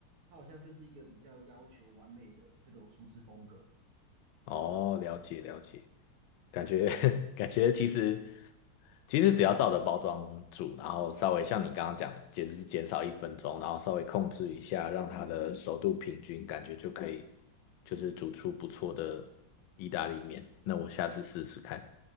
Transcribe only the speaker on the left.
哦，了解了解，感觉 <laughs> 感觉其实其实只要照着包装煮，然后稍微像你刚刚讲的，也就是减少一分钟，然后稍微控制一下，让它的熟度平均，感觉就可以就是煮出不错的意大利面。那我下次试试看。